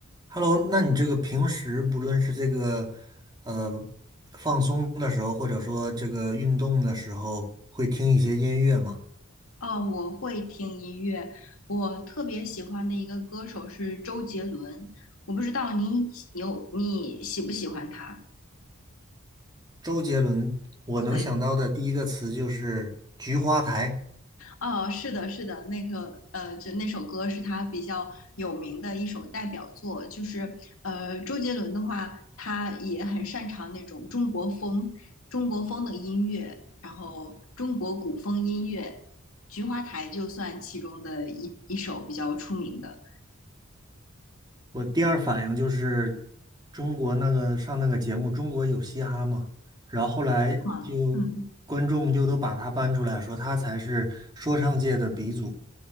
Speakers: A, on the right; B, on the left.
A: Hello，那你这个平时不论是这个呃放松的时候，或者说这个运动的时候，会听一些音乐吗？
B: 哦，我会听音乐，我特别喜欢的一个歌手是周杰伦，我不知道你有你喜不喜欢他？
A: 周杰伦，我能想到的第一个词就是《菊花台》，
B: 对，哦，是的，是的，那个呃，就那首歌是他比较有名的一首代表作，就是呃，周杰伦的话，他也很擅长那种中国风、中国风的音乐，然后中国古风音乐，《菊花台》就算其中的一一首比较出名的。
A: 我第二反应就是中国那个上那个节目《中国有嘻哈》嘛，然后后来就观众又都把他搬出来说他才是说唱界的鼻祖。
B: 啊，嗯。